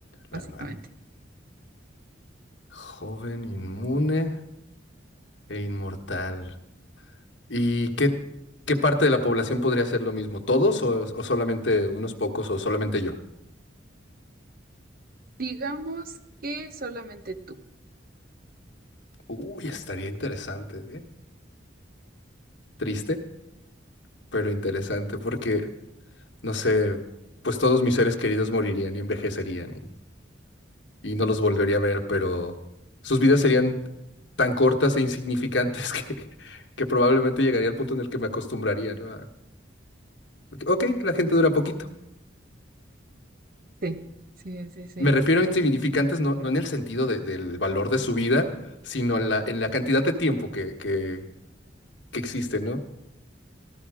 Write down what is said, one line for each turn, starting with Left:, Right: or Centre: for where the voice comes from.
Right: básicamente.
Left: la madre. Joven, inmune e inmortal. ¿Y qué, qué parte de la población podría hacer lo mismo? ¿Todos o, o solamente unos pocos o solamente yo?
Right: Digamos que solamente tú.
Left: Uy, estaría interesante, ¿eh? Triste, pero interesante porque, no sé, pues todos mis seres queridos morirían y envejecerían y no los volvería a ver, pero sus vidas serían tan cortas e insignificantes <laughs> que, que probablemente llegaría al punto en el que me acostumbraría, ¿no? A- ok, ok, la gente dura poquito.
Right: Sí, sí, sí, sí.
Left: Me refiero a insignificantes no, no en el sentido de- del valor de su vida, sino en la, en la cantidad de tiempo que, que, que existe, ¿no?